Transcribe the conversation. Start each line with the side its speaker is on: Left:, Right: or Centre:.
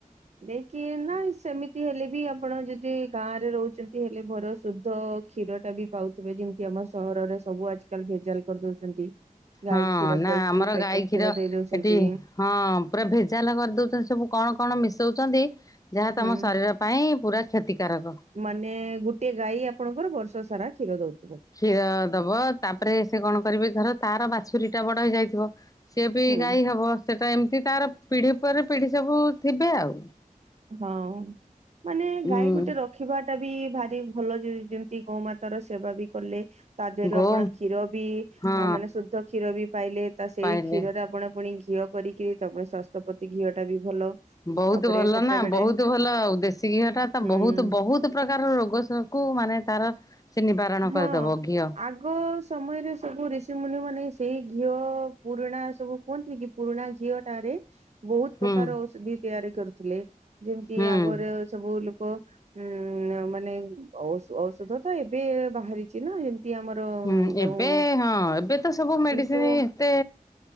Right: ଦେଇକି ନାଇଁ ସେମିତି ହେଲେ ବି ଆପଣ ଯଦି ଗାଁ ରେ ରହୁଛନ୍ତି ହେଲେ ଭର ଶୁଦ୍ଧ କ୍ଷୀରଟା ବି ପାଉଥିବେ ଯେମିତି ଆମ ସହରରେ ସବୁ ଆଜିକାଲି ଭେଜାଲ୍ କରିଦଉଛନ୍ତି। ଗାଈ
Left: ହଁ
Right: କ୍ଷୀର
Left: ନାଁ
Right: କହିକି
Left: ଆମର
Right: ପ୍ୟାକେଟ
Left: ଗାଈ କ୍ଷୀର
Right: ଦେଇ ଦଉଛନ୍ତି
Left: ଏଠି ହଁ ପୁରା ଭେଜାଲ କରିଦଉଚନ୍ତି ସବୁ କଣ-କଣ ମିଶଉଚନ୍ତି ଯାହା ତମ
Right: ହୁଁ।
Left: ଶରୀର ପାଇଁ ପୁରା କ୍ଷତିକାରକ।
Right: ମାନେ ଗୋଟିଏ ଗାଈ ଆପଣଙ୍କର ବର୍ଷ ସାରା କ୍ଷୀର ଦଉଥିବ।
Left: କ୍ଷୀର ଦବ ତାପରେ ସେ କଣ କରିବେ ଧର ତାର ବାଛୁରୀଟା ବଡ ହେଇଯାଇଥିବ ସିଏ ବି
Right: ହୁଁ।
Left: ଗାଈ ହବ ସେଟା ଏମିତି ତାର ପିଢି ପରେ ପିଢି ସବୁ ଥିବେ ଆଉ।
Right: ହଁ ମାନେ ଗାଈ
Left: ଉଁ
Right: ଗୋଟେ ର ଖିବାଟା ବି ଭାରି ଭଲ ଯେମତି ଗୋମାତା ର ସେବା ବି କଲେ ତା ଦେହରୁ
Left: ଗୋ
Right: ଆପଣ କ୍ଷୀର ବି
Left: ହଁ
Right: ମାନେ ଶୁଦ୍ଧ କ୍ଷୀର ବି ପାଇଲେ ତା ସେଇ
Left: ପାଇଲେ
Right: କ୍ଷୀରରେ ଆପଣ ପୁଣି ଘିଅ କରିକି ତାପରେ ସ୍ୱାସ୍ଥ୍ୟ ପ୍ରତି ଘିଅଟା ବି ଭଲ।
Left: ବହୁତ୍
Right: ତାପରେ
Left: ଭଲ
Right: କେତେବେଳେ
Left: ନା ବହୁତ୍ ଭଲ ଦେଶୀ ଘିଅଟା ତ
Right: ହୁଁ।
Left: ବହୁତ୍ ବ ବହୁତ୍ ପ୍ରକାରର ରୋଗ ସ କୁ ମାନେ ତାର ସେ ନିବାରଣ
Right: ହଁ
Left: କରିଦବ ଘିଅ
Right: ଆଗ୍ ଗ ସମୟରେ ସବୁ ଋଷିମୁନି ମାନେ ସେଇ ଘିଅ ପୁରୁଣା ସବୁ କୁହନ୍ତିନିକି ପୁରୁଣା ଘିଅଟାରେ ବହୁତ
Left: ହୁଁ
Right: ପ୍ରକାର ଔଷଧି ତିଆରି କରୁଥିଲେ ଯେମିତି
Left: ହୁଁ।
Right: ଆଗରେ ସବୁ ଲୋକ ଉଁ ମାନେ ଔ ଔଷଧ ତ ଏବେ ବାହାରିଚି ନା ଏମ୍ତି ଆମର
Left: ହୁଁ
Right: ଯୋଉ
Left: ଏବେ ହଁ ଏବେ ତ ସବୁ ମେଡିସିନ୍
Right: କିନ୍ତୁ
Left: ଏତେ